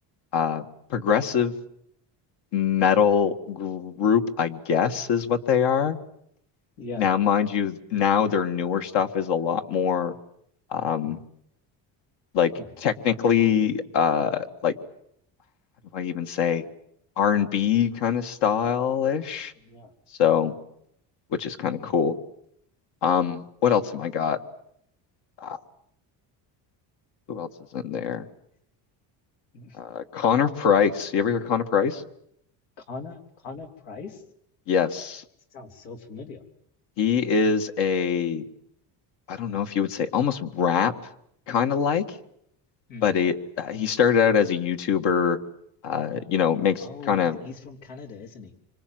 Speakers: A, on the left (about 65°); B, on the left (about 85°).
A: uh, progressive metal group, I guess, is what they are.
B: Yeah.
A: Now, mind you, now their newer stuff is a lot more um
B: Mm,
A: like
B: hmm
A: technically uh like how do I even say R&B kind of style-ish.
B: Okay. Yeah.
A: So, which is kind of
B: Mm,
A: cool. Um, what else am I got? Uh, who else is in there?
B: mm.
A: Uh, Connor Price. You ever hear Connor Price?
B: Connor Connor Price?
A: Yes.
B: It sounds so familiar.
A: He is a, I don't know if you would say almost rap kind of like.
B: hmm
A: but it, uh, he started out as a YouTuber, uh, you know, makes
B: Oh,
A: kind
B: he's
A: of
B: fr- he's from Canada, isn't he?